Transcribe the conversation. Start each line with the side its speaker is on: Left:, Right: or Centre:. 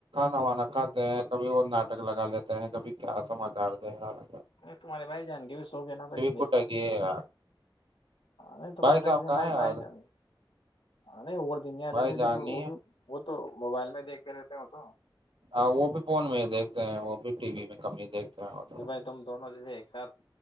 Right: نوانا کھاتے ہیں کبھی وہ ناٹک لگا لیتے ہیں کبھی کیا سما کتے ہیں
Left: نہیں تمہارے بائی جائان گے بھی سو گ نا بھائی ما
Right: کٹے گی ہے یار
Left: نہیں تمہارے
Right: بھائی
Left: بائی
Right: صاحب
Left: ج
Right: کہاں
Left: بائی
Right: ہیں آج
Left: بائی جؤ گ ارے وہ دنیا آ
Right: بھائی
Left: دیتے
Right: جان
Left: جب وہ
Right: نہیں
Left: بھی
Right: ہے
Left: وہ تو موبائل میں دیکھتے رہتے ہو تو
Right: ہاں وہ بھی فون میں ہی دیکھتے ہیں وہ بھی ٹی وی میں کم ہی دیکھتے ہیں وہ تو
Left: یہ بھائی تم دونوں جیسے ایک ساتھ